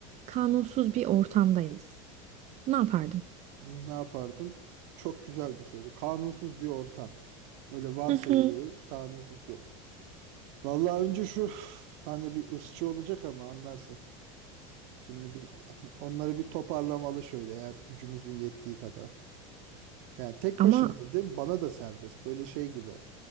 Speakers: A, on the right (about 45°); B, on the right (about 65°).
A: kanunsuz bir ortamdayız. Ne yapardın?
B: Ne yapardım? Çok güzel bir soru. Kanunsuz bir ortam. Böyle varsayıyoruz
A: Hı hı.
B: kanunsuz bir ortam. Vallahi önce şu hani bir ırkçı olacak ama anlarsın. Şimdi bir <laughs> onları bir toparlamalı şöyle eğer gücümüzün yettiği kadar. Yani tek
A: Ama
B: başımayım değil mi? Bana da serbest. Böyle şey gibi.